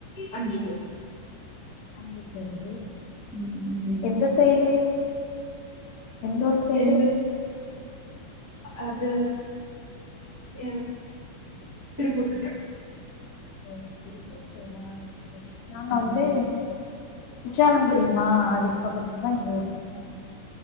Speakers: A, on the right (about 15°); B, on the left (about 75°).
A: அஞ்சு பேர்
B: அஞ்சு பேரு
A: ம் ம்
B: எந்த சைடு எந்த உரு சைடு
A: எந்த அது அ திருப்பூர் கிட்ட
B: ஓ திருப்பூர் சைடா ஓகே நாங்க
A: ம்
B: வந்து
A: ம்
B: குற்றாலம் தெரியுமா அதுக்கு பக்கத்துல தான் எங்க ஊரு தென்காசி